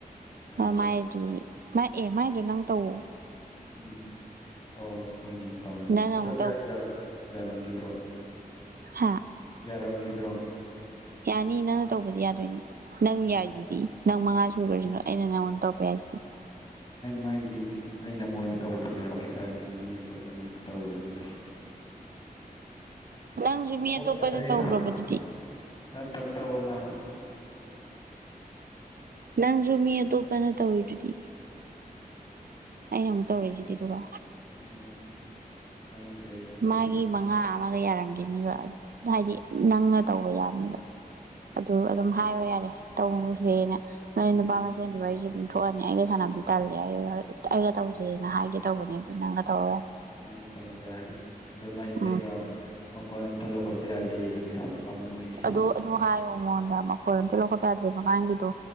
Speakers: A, on the left; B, on the right.
A: ꯐꯔꯦꯅꯦ
B: ꯑ ꯃꯥꯏꯗꯨꯁꯨ ꯃꯥ ꯑꯦ ꯃꯥꯏꯗꯣ ꯅꯪ ꯇꯧꯑꯣ
A: ꯎꯝ ꯑꯣ ꯍꯣꯏꯅꯦ ꯀꯎꯏꯅꯦ
B: ꯅꯪꯅ
A: ꯑꯗꯣ
B: ꯑꯃꯨꯛ
A: ꯌꯥ ꯌꯥꯔ ꯔꯝꯒꯤꯗ꯭ꯔꯣ
B: ꯍꯥꯥ
A: ꯌꯥꯔꯝꯒꯗ꯭ꯔꯣ
B: ꯌꯥꯅꯤ ꯅꯪꯅ ꯇꯧꯕꯗꯤ ꯌꯥꯗꯣꯏꯅꯤ ꯅꯪ
A: ꯎꯝ
B: ꯌꯥꯏꯁꯤꯗꯤ ꯅꯪ ꯃꯉꯥ
A: ꯎꯝ
B: ꯁꯨꯈ꯭ꯔꯁꯤ ꯑꯩꯅ ꯅꯉꯣꯟ ꯇꯧꯔꯛꯄ ꯌꯥꯏꯁꯤꯗꯤ
A: ꯃꯥꯒꯤꯗꯤ ꯑꯩꯅ ꯃꯉꯣꯟꯗ ꯇꯧꯕꯗꯤ ꯌꯥꯔꯝꯈꯤꯗ꯭ꯔꯥ ꯁꯤꯅꯤ ꯃꯤ ꯑꯇꯣꯞꯄꯅ ꯇꯧꯒꯔꯥꯃꯤꯅ
B: ꯅꯪꯁꯨ ꯃꯤ ꯑꯇꯣꯞꯄꯅ
A: ꯌꯥꯗ꯭ꯔꯦ
B: ꯇꯧꯈ꯭ꯔꯕꯗꯨꯗꯤ
A: ꯇꯞ ꯇꯞ ꯇꯧꯑꯣ ꯃꯥ
B: ꯅꯪꯁꯨ ꯃꯤ ꯑꯇꯣꯞꯄꯅ ꯇꯧꯏꯗꯨꯗꯤ ꯑꯩꯅ ꯑꯃꯨꯛ ꯇꯧꯔꯛꯏꯁꯤꯗꯤꯗꯨꯒ
A: ꯑꯣ ꯈꯪꯗ꯭ꯔꯦ ꯑꯗꯨꯗꯤ
B: ꯃꯥꯒꯤ ꯃꯉꯥ ꯑꯃꯒ ꯌꯥꯔꯝꯈꯤꯅꯤꯕ ꯍꯥꯏꯗꯤ ꯅꯪꯅ ꯇꯧꯕ ꯌꯥꯅꯤꯕ ꯑꯗꯨ ꯑꯗꯨꯝ ꯍꯥꯏꯌꯣ ꯌꯥꯔꯦ ꯇꯧꯅꯨꯁꯦꯅ ꯅꯣꯏ
A: ꯎꯝ
B: ꯅꯨꯄꯥ ꯃꯁꯦꯟꯗꯤ ꯋꯔꯤꯖꯨ ꯑꯗꯨꯝ ꯊꯣꯛꯑꯅꯤ ꯑꯩꯒ ꯁꯥꯟꯅꯕꯗꯤ ꯇꯜꯂꯦ ꯑꯩꯒ ꯑꯩꯒ ꯇꯧꯁꯦꯅ ꯍꯥꯏꯒꯦ ꯇꯧꯕꯅꯦ ꯑꯗꯨ ꯅꯪꯒ ꯇꯧꯔꯣ ꯌꯥꯔꯦ
A: ꯑꯩꯒꯥ ꯇꯧꯔꯒꯥ ꯑꯗꯨꯃꯥꯏ
B: ꯎꯝ
A: ꯕꯦꯒ ꯃꯈꯣꯟ ꯑꯝꯇ ꯂꯧꯈꯠꯄ ꯌꯥꯗꯦ ꯑꯗꯨꯅꯤ ꯄꯥꯝꯃꯨꯔꯤꯁꯦ
B: ꯑꯗꯨ ꯑꯗꯨ ꯍꯥꯏꯌꯣ ꯃꯉꯣꯟꯗ ꯃꯈꯣꯜ ꯑꯝꯇ ꯂꯧꯈꯠꯄ ꯌꯥꯗ꯭ꯔꯦ ꯃꯃꯥꯡꯒꯤꯗꯣ